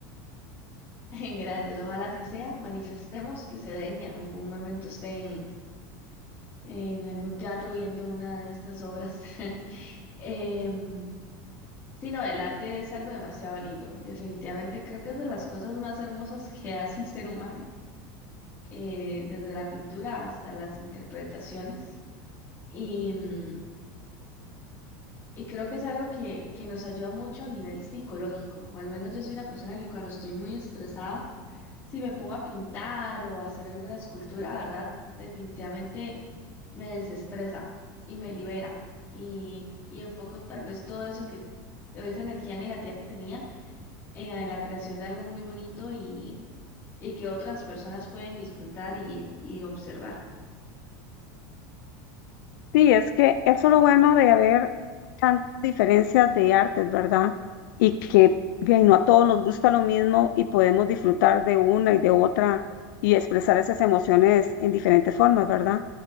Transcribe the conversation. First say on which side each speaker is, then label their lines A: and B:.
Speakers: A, on the left (about 25°); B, on the left (about 75°).
A: En gracias, ojalá así sea. Manifestemos que se den y en algún momento estén en algún teatro viendo una de estas obras. <laughs> Em, sí, no, el arte es algo demasiado lindo. Definitivamente creo que es de las cosas más hermosas que hace el ser humano, eh, desde la pintura hasta las interpretaciones. Y, mm, y creo que es algo que, que nos ayuda mucho a nivel psicológico, o al menos yo soy una persona que cuando estoy muy estresada, si me pongo a pintar o a hacer alguna escultura, ¿verdad? Definitivamente me desestresa y me libera y, y enfoco tal vez todo eso que, esa energía negativa que tenía en, en la creación de algo muy bonito y, y que otras personas pueden disfrutar y, y observar.
B: Sí, es que eso es lo bueno de haber tantas diferencias de artes, ¿verdad? Y que bien, no a todos nos gusta lo mismo y podemos disfrutar de una y de otra y expresar esas emociones en diferentes formas, ¿verdad?